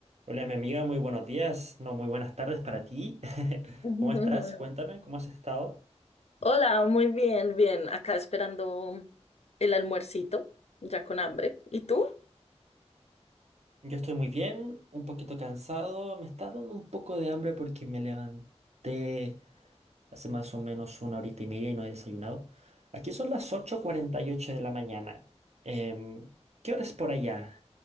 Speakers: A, on the right (about 70°); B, on the left (about 65°).
A: Hola, mi amiga, muy buenos días, no, muy buenas tardes para ti. <laughs>
B: <laughs>
A: ¿Cómo estás? Cuéntame, ¿cómo has estado?
B: Hola, muy bien, bien. Acá esperando el almuercito, ya con hambre. ¿Y tú?
A: Yo estoy muy bien, un poquito cansado, me está dando un poco de hambre porque me levanté hace más o menos una horita y media y no he desayunado. Aquí son las ocho cuarenta y ocho de la mañana. Em, ¿qué hora es por allá?